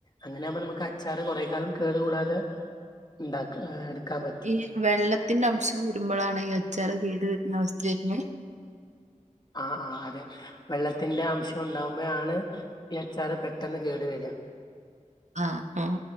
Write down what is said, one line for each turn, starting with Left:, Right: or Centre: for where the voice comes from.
Left: അങ്ങനെയാകുമ്പം നമുക്കച്ചാറ് കൊറെ കാലം കേടു കൂടാതെ ഉണ്ടാക്ക എടുക്കാൻ പ
Right: ഈ വെള്ളത്തിന്റെ അംശം വരുമ്പഴാണ് ഈ അച്ചാറ് കേടു വരുന്ന അവസ്ഥ വെര്നത്?
Left: ആഹ് ആഹ് അതെ. വെള്ളത്തിന്റെ അംശം ഉണ്ടാവുമ്പഴാണ് ഈ അച്ചാറ് പെട്ടെന്ന് കേട് വരാ.
Right: ആഹ് ആഹ്